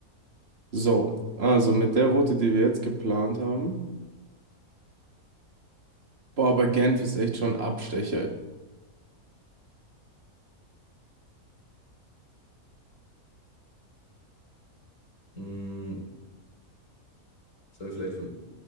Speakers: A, on the right (about 45°); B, on the left (about 60°).
A: so. Also mit der Route, die wir jetzt geplant haben. Boah, aber Genf ist echt schon ein Abstecher.
B: Mm, sollen wir vielleicht von.